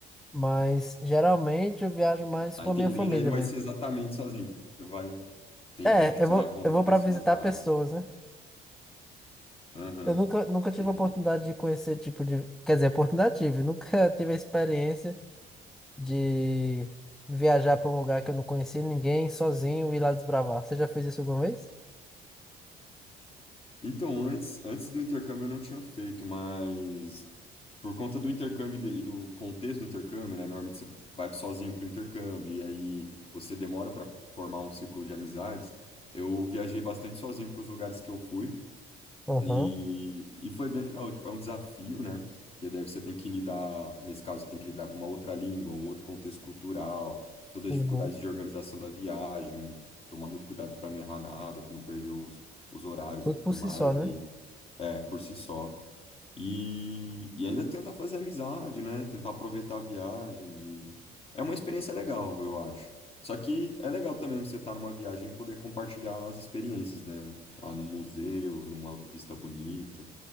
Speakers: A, in the centre; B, on the left.
A: Mas geralmente eu viajo mais
B: Ah,
A: com
B: entendi.
A: a minha família
B: Mas aí não vai
A: mesmo.
B: ser exatamente sozinho. Tipo, Você vai... Entendi.
A: É,
B: Tipo,
A: eu
B: você
A: vou,
B: vai encontrar
A: eu vou
B: pessoas
A: para visitar
B: lá.
A: pessoas, né?
B: Aham,
A: Eu nunca, nunca tive
B: entendi.
A: a oportunidade de conhecer tipo de. Quer dizer, oportunidade tive. Nunca <laughs> tive a experiência de viajar para um lugar que eu não conhecia ninguém, sozinho e ir lá desbravar. Você já fez isso alguma vez?
B: Então, antes, antes do intercâmbio eu não tinha feito, mas por conta do intercâmbio e do e do contexto do intercâmbio, né? Normalmente você vai sozinho pro intercâmbio e aí você demora para formar um círculo de amizades. Eu viajei bastante sozinho para os lugares que eu fui
A: Aham,
B: e, e foi bem legal. Tipo, é um desafio, né? Porque daí você tem que lidar, nesse caso, tem que lidar com uma outra língua, um outro contexto cultural, todas
A: uhum,
B: as dificuldades de organização da viagem, tomar muito cuidado para não errar nada, para não perder os os horários
A: Tudo
B: e tudo
A: por si
B: mais.
A: só, né?
B: e aí é, por si só. E, e ainda tentar fazer amizade, né? Tentar aproveitar a viagem. e- É uma experiência legal, eu acho. Só que é legal também você estar numa viagem e poder compartilhar as experiências, né? Ah, num museu, numa vista bonita.